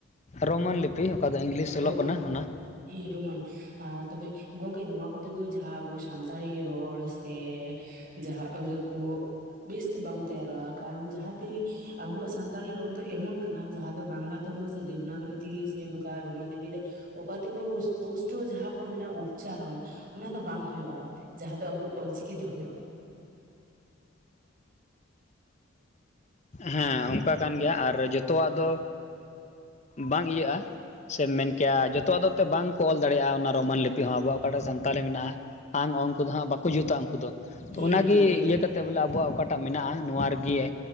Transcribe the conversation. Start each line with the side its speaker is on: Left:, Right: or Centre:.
Left: ᱨᱳᱢᱟᱱ ᱞᱤᱯᱤ ᱚᱠᱟ ᱫᱚ ᱤᱝᱞᱤᱥ ᱚᱞᱚᱜ
Right: ᱨᱳᱢᱟᱱ
Left: ᱠᱟᱱᱟ ᱚᱱᱟ ᱾
Right: ᱦᱮᱸ ᱦᱮᱸ ᱨᱳᱢᱟᱱ ᱾ ᱟᱻ ᱛᱚᱵᱮ ᱜᱚᱝᱠᱮ ᱱᱚᱣᱟ ᱠᱚᱛᱮ ᱫᱚ ᱡᱟᱦᱟᱸ ᱟᱵᱚ ᱥᱟᱱᱛᱟᱲᱤ ᱨᱚᱲ ᱥᱮ ᱡᱟᱦᱟᱸ ᱟᱹᱲᱟᱹ ᱠᱚ ᱵᱮᱥᱛᱮ ᱵᱟᱝ ᱛᱮᱭᱟᱨᱚᱜ-ᱟ ᱠᱟᱨᱚᱱ ᱡᱟᱦᱟᱸ ᱛᱮ ᱟᱵᱚᱣᱟᱜ ᱥᱟᱱᱛᱟᱲᱤ ᱨᱚᱲ ᱫᱚ ᱮᱢᱚᱱ ᱠᱟᱱᱟ ᱡᱟᱦᱟᱸ ᱫᱚ ᱵᱟᱝᱞᱟ ᱛᱮᱦᱚᱸ, ᱥᱮ ᱫᱮᱵᱽᱱᱟᱜᱨᱤ ᱛᱮᱜᱮ ᱥᱮ ᱚᱠᱟ ᱨᱩᱢᱟᱱ ᱞᱤᱯᱤ ᱫᱚ ᱚᱠᱟ ᱛᱮᱠᱚ ᱯᱩᱥᱴᱟᱣᱟ ᱡᱟᱦᱟᱸ ᱠᱚ ᱢᱮᱱᱟ ᱩᱪᱪᱟᱨᱚᱱ, ᱚᱱᱟ ᱫᱚ ᱵᱟᱝ ᱦᱩᱭᱩᱜ-ᱟ ᱡᱟᱦᱟᱸ ᱫᱚ ᱟᱵᱚ ᱚᱞᱪᱤᱠᱤ ᱛᱮ ᱦᱩᱭᱩᱜ-ᱟ ᱾
Left: ᱦᱮᱸ ᱚᱱᱠᱟ ᱠᱟᱱ ᱜᱮᱭᱟ ᱟᱨ ᱡᱚᱛᱚᱣᱟᱜ ᱫᱚ ᱵᱟᱝ ᱤᱭᱟᱹᱜ-ᱟ ᱾ ᱥᱮᱢ ᱢᱮᱱ ᱠᱮᱭᱟ ᱡᱚᱛᱚᱣᱟᱜ ᱫᱚ ᱮᱛᱮ ᱵᱟᱝᱠᱚ ᱚᱞ ᱫᱟᱲᱮᱭᱟᱜ-ᱟ ᱚᱱᱟ ᱨᱳᱢᱟᱱ ᱞᱤᱯᱤ ᱦᱚᱸ ᱟᱵᱚᱣᱟᱜ ᱚᱠᱟᱴᱟᱜ ᱥᱟᱱᱛᱟᱞᱤ ᱢᱮᱱᱟᱜ-ᱟ ᱾ ᱟᱝ, ᱚᱝ ᱩᱱᱠᱩ ᱫᱚ ᱦᱟᱸᱜ ᱵᱟᱠᱚ ᱡᱩᱛᱟ ᱩᱱᱠᱩ ᱫᱚ ᱛᱚ,
Right: ᱦᱮᱸ
Left: ᱚᱱᱟ
Right: ᱦᱮᱸ
Left: ᱜᱮ
Right: ᱦᱮᱸ
Left: ᱤᱭᱟᱹ ᱠᱟᱛᱮᱫ ᱵᱚᱞᱮ ᱟᱵᱚᱣᱟᱜ ᱚᱠᱟᱴᱟᱜ ᱢᱮᱱᱟᱜ-ᱟ ᱱᱚᱣᱟ ᱨᱮᱜᱮ